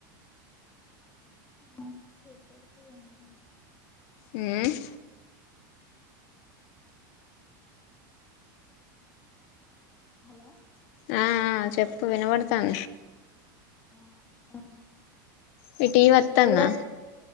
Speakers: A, on the left (about 15°); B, on the left (about 50°).
A: రే
B: హమ్
A: హలో
B: ఆఆ ఆ చెప్పు వినబడుతాం
A: ఆక్క
B: మీ టీవీ వత్తాందా
A: మీరు కూలర్